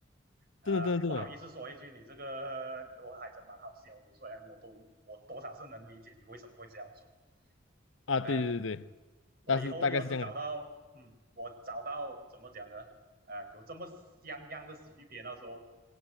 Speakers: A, on the right (about 50°); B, on the left (about 90°).
A: 呃，
B: 真的真的真的
A: 不好意思说一句，你这个你我还真蛮好笑的，虽然我都我多少是能理解你为什么会这样做，
B: 啊，
A: 呃，
B: 对对对对，
A: 我以后要是找到，
B: 但是大概是这样的。
A: 嗯，我找到怎么讲呢？啊、呃有这么像样的喜剧片，到时候